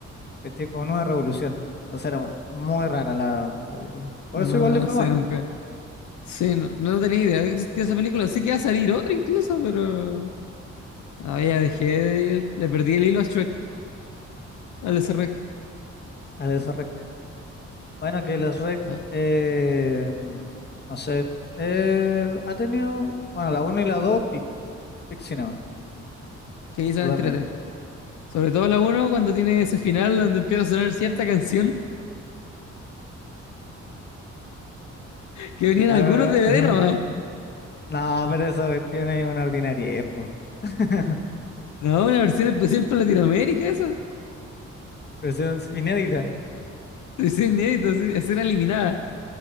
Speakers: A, on the left; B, on the left.
A: ¿cachai? Como en una revolución. Entonces era muy rara la, la película. Por
B: No,
A: eso igual le
B: no
A: fue
B: sé
A: mal
B: nunca. Sí, no, no tenía idea que existía esa película. Sé que iba a salir otra incluso, pero... Ah, ya dejé, de- le perdí el hilo a Shrek, al SREC.
A: a los rec. Bueno, que los rec,
B: Ah,
A: eh, no sé, eh, ha tenido, bueno, la uno y la dos pic, pic cinema,
B: Sí, son
A: totalmente.
B: entrete. Sobre todo la uno cuando tiene ese final donde empieza a sonar cierta canción que venían
A: La
B: algunos
A: verdad,
B: DVD
A: <laughs>
B: nomás.
A: no, pero esa cuestión es una ordinariedad, po. <laughs>
B: No, una versión especial para Latinoamérica, eso.
A: Versión inédita.
B: Es inédito, así, escena eliminada.